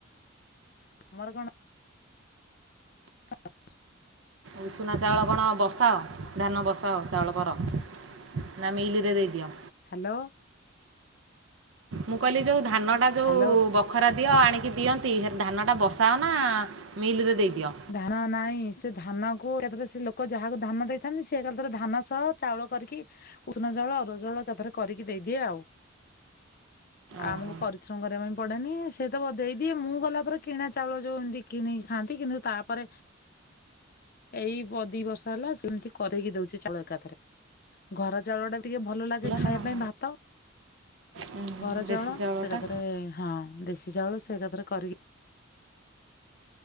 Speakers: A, on the left; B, on the right.
A: ମରଗଣ <unintelligible>
B: ଉଷୁନା ଚାଉଳ କଣ ବସାଅ ଧାନ ବସାଅ ଚାଉଳ କର। ନାଁ ମିଇଲିର ଦେଇଦିଅ।
A: ହ୍ୟାଲୋ।
B: ମୁଁ କହିଲି ଯୋଉ ଧାନଟା ଯୋଉ
A: ହ୍ୟାଲୋ
B: ବ ପଖରା ଦିଅ ଆଣିକି ଦିଅନ୍ତି ହେ ଧାନଟା ବସାଅ ନା ମିଲ୍ ରେ ଦେଇଦିଅ?
A: ଧାନ ନାହିଁ। ସେ ଧାନ କୁ ଏକାଥରେ ସେ ଲୋକ ଯାହାକୁ ଧାନ ଦେଇଥାନ୍ତି ସେ ଏକାଥରେ ଧାନ ସହ ଚାଉଳ କରିକି ଉଷୁନା ଚାଉଳ ଅରୁଆ ଚାଉଳ ଏକାଥରେ କରିକି ଦେଇଦିଏ ଆଉ। ଆଉ
B: ଓହୋ
A: ଆମକୁ ପରିଶ୍ରମ କରିବା ପାଇଁ ପଡେନି। ସେ ତ ଦେଇ ଦିଏ ମୁଁ ଗଲା ପରେ କିଣା ଚାଉଳ ଯୋଉ ଏମିତି କିଣି ଖାଆନ୍ତି କିନ୍ତୁ ତାପରେ ଏଇ ବ ଦି ବର୍ଷ ହେଲା ସେମିତି କରିକି ଦଉଚି ଚାଉଳ ଏକାଥରେ। ଘର ଚାଉଳଟା ଟିକେ ଭଲ ଲାଗେ ଖାଇବା
B: ନା ଆଉ।
A: ପାଇଁ ଭାତ।
B: ଉଁ,
A: ଘର ଚାଉଳ।
B: ଦେଶୀ ଚାଉଳଟା
A: ସେ ଏକାଥରେ ହଁ ଦେଶୀ ଚାଉଳ ସେ ଏକାଥରେ କରିକି